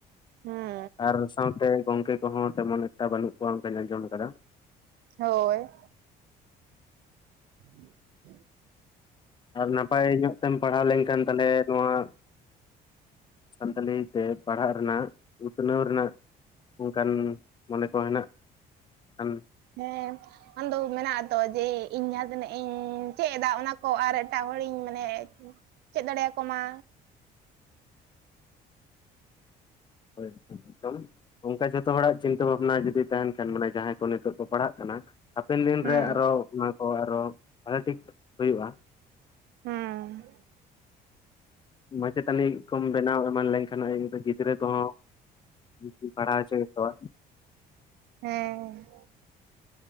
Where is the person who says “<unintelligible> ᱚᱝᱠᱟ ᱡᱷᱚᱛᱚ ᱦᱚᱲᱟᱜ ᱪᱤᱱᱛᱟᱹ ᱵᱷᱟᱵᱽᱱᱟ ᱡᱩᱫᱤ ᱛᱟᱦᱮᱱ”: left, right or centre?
Left